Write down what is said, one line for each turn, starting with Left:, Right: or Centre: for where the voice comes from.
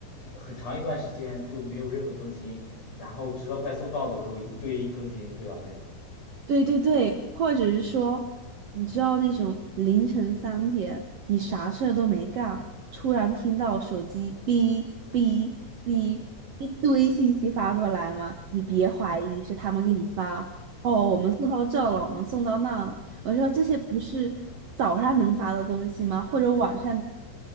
Left: 很长一段时间就没有任何更新，然后直到快送到的时候一堆更新，对吧？那种，
Right: 对对对，或者是说，你知道那种凌晨三点，你啥事儿都没干，突然听到手机哔哔哔一堆信息发过来吗？你别怀疑是他们给你发，哦，我们送到这了，我们送到那了。我说这些不是早上能发的东西吗？或者晚上